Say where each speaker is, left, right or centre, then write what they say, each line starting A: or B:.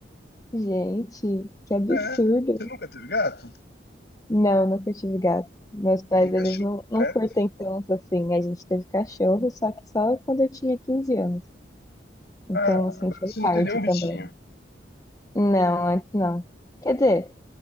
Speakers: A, on the left; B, on the left.
A: Gente, que absurdo.
B: É. Você nunca teve gato?
A: Não, nunca tive gato. Meus pais,
B: Você tem cachorro,
A: eles não, não
B: certo?
A: curtem tanto assim. A gente teve cachorro, só que só quando eu tinha 15 anos.
B: Ah,
A: Então, assim,
B: agora
A: foi
B: você não
A: tarde
B: tem nenhum bichinho.
A: também. Não, antes não. Quer dizer,